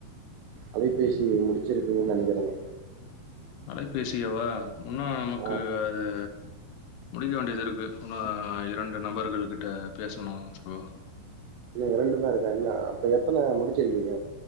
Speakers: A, on the right; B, on the left.
A: அலைபேசிய முடிச்சிருப்பீங்கன் நெனைக்கறங்க
B: அலைபேசியவா உன்னு நமக்கு
A: ஆ.
B: அது முடிக்க வேண்டியதிருக்கு உன்னு ஆ இரண்டு நபர்கள் கிட்ட பேசனு சகோ
A: இன்னு இரண்டுதாருக்கா இன அப்ப எத்தன முடிச்சிருக்கீங்க